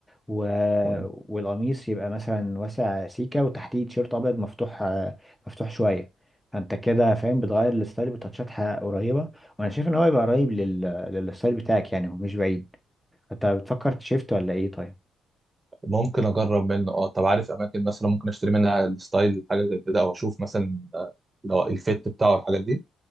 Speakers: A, in the centre; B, on the right (about 25°).
A: و...
B: تمام
A: والقميص يبقى مثلا واسع سيكه وتحتيه تيشيرت ابيض مفتوح آه، مفتوح شويه فانت كده فاهم بتغير الستايل بتاتشات ح- قريبه وانا شايف ان هو يبقى قريب لل... للستايل بتاعك يعني هو مش بعيد انت بتفكر تشيفت ولا ايه طيب
B: ممكن أجرب منه أه طب عارف أماكن مثلا ممكن أشتري منها الستايل حاجة زي كده أو أشوف مثلا آه، لو الفيت بتاعه الحاجات دي